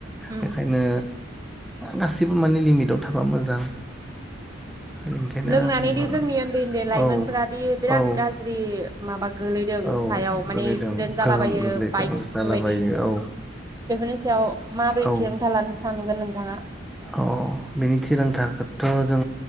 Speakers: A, on the right (about 20°); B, in the centre.
A: उम
B: बेखायनो गासिबो माने लिमिटाव थाबा मोजां ओंखायनो
A: लोंनानैदि
B: आं बुङो
A: जोंनि उन्दै उन्दै लाइमोनफोरादि
B: औ
A: बिराद
B: औ
A: गाज्रि माबा गोलैदों
B: औ
A: सायाव माने
B: गोलैदों
A: एक्सिडेन्ट जालाबायो
B: गोहोम गोग्लैदों
A: बाइक
B: जालाबायो
A: बेफोरबायदि
B: औ
A: बेफोरनि सायाव माबोरै
B: औ
A: थिरांथा लानो सानगोन नोंथाङा?
B: औ बिनि थिरांथाखौथ जों